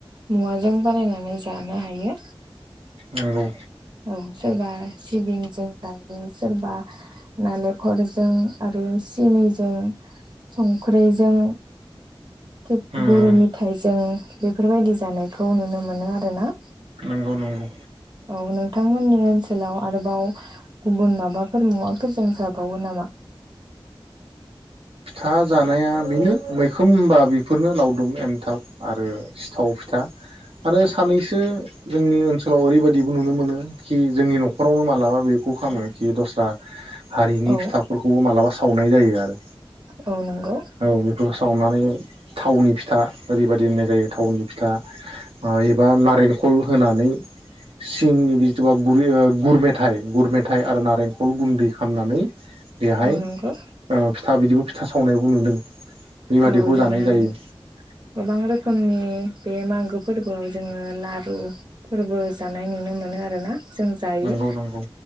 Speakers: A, on the right; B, on the right.
A: मुवाजों बानायनानै जानो हायो।
B: नंगौ।
A: औ सोरबा सिबिंजों जायो, सोरबा नालेंखरजों आरो सिनिजों संख्रैजों थिग
B: उम
A: गुरु मेथाइ जों बेफोरबायदि जानायखौ नुनो मोनो आरो ना।
B: नंगौ नंगौ
A: औ नोंथांमोननि ओनसोलाव आरोबाव गुबुन माबाफोर मुवाफोर जों जाबावो नामा?
B: फिथा जानाया बेनो मैखोम होनबा बेफोरनो लावदुम एमथाब आरो सिथाव फिथा आरो सानैसो जोंनि ओनसोलाव ओरैबायदिबो नुनो मोनो खि जोंनि नखरावनो मालाबा बेखौ खालामो खि दस्रा हारिनि
A: औ
B: फिथाफोरखौ मालाबा सावनाय जायो आरो
A: औ नंगौ
B: औ बेखौ सावना मायो थावनि फिथा ओरैबायदि होननाय जायो थावनि फिथा ओ एबा नारेंखल होनानै सिंनि बिथबा गुरै गुर मेथाइ गुर मेथाइ आरो नारेंखल गुन्दै खालामनानै बेहाय
A: औ
B: ओ
A: नंगौ
B: बिदिबो फिथा सावनायबो नुदों। बेबादिखौ
A: औ जोंङो
B: जानाय जायो
A: गोबां रोखोमनि बे मागो फोरबोआव जोंङो लारु फोरबो जानाय नुनो मोनो आरो ना? जों जायो।
B: नंगौ नंगौ